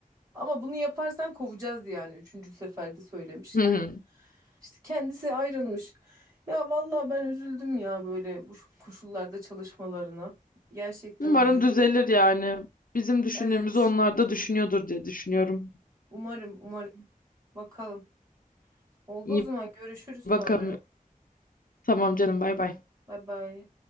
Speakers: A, on the right (about 25°); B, on the left (about 70°).
A: Ama bunu yaparsan kovacağız diye yani üçüncü seferde söylemişler.
B: Hı hı.
A: İşte kendisi ayrılmış. Ya vallahi ben üzüldüm ya böyle bu şu koşullarda çalışmalarına. Gerçekten
B: Umarım
A: üzücü.
B: düzelir yani. Bizim düşündüğümüzü
A: Evet.
B: onlar da düşünüyordur diye düşünüyorum.
A: Umarım, umarım. Bakalım. Oldu
B: İyi
A: o zaman görüşürüz
B: bakalım.
A: sonra.
B: Tamam canım bay bay.
A: Bay bay.